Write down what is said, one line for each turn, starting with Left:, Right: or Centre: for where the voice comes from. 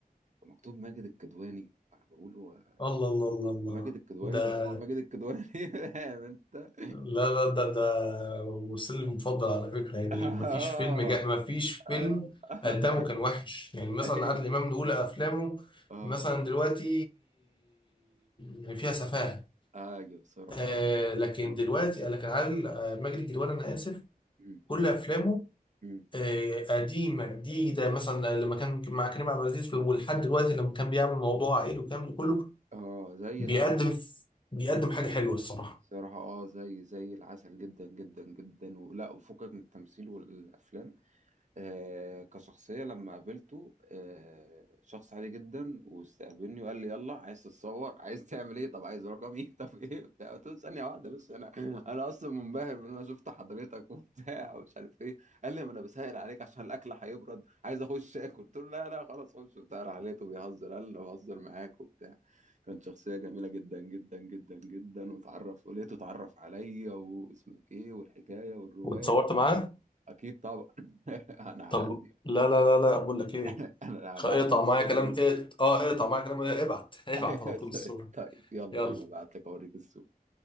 Right: مكتوب ماجد الكدواني فأنا بقول هو
Left: الله الله الله الله
Right: ماجد الكدواني
Left: ده
Right: ده هو ماجد الكدواني <laughs> فاهم أنت
Left: لا لا ده ده وسيلي المفضل على فكره يعني
Right: اه
Left: ما فيش فيلم جا ما فيش فيلم
Right: اه <laughs>
Left: قدامه كان وحش يعني مثلا
Right: ايوه
Left: عادل امام من اولى افلامه
Right: اه
Left: مثلا دلوقتي يعني فيها سفاهه
Right: ايوه صراحة
Left: آه
Right: اه
Left: لكن
Right: اه
Left: دلوقتي لكن عادل آه ماجد الكدواني انا اسف
Right: مم.
Left: كل افلامه
Right: مم.
Left: آه، قديمه جديده مثلا لما كان مع كريم عبد العزيز ولحد دلوقتي لما كان بيعمل موضوع عائلي والكلام ده كله
Right: اه زي
Left: بيقدم
Right: العسل
Left: بيقدم حاجه حلوه الصراحه
Right: صراحة اه زي زي العسل جدا جدا جدا ولا وفكك من التمثيل والافلام آه، كشخصية لما قابلته آه، شخص عادي جدا واستقبلني وقال لي يلا عايز تتصور عايز تعمل ايه طب عايز رقمي <laughs> طب ايه بتاع قلت له ثانية واحدة بس انا انا اصلا منبهر من إن انا شفت حضرتك وبتاع <laughs> ومش عارف ايه قال لي ما انا بسهر عليك عشان الاكل هيبرد عايز اخش اكل قلت له لا لا خلاص خش بتاع راح لقيته بيهزر قال لي انا بهزر معاك وبتاع كانت شخصية جميلة جدا جدا جدا جدا وتعرف ولقيته اتعرف عليا واسمك ايه والحكاية والرواية
Left: واتصورت معاه
Right: اكيد طبعا <laughs> انا
Left: طب
Right: هعدي
Left: لا لا لا لا بقول لك ايه
Right: <laughs> انا
Left: خ-
Right: هبعت
Left: اقطع
Right: لك الصورة
Left: معايا كلام
Right: دي
Left: ايه اه اقطع معايا كلام إيه؟ ابعت <laughs> ابعت
Right: <laughs>
Left: على طول الصوره
Right: طيب يلا
Left: يلا
Right: بينا ابعت لك اوريك الصورة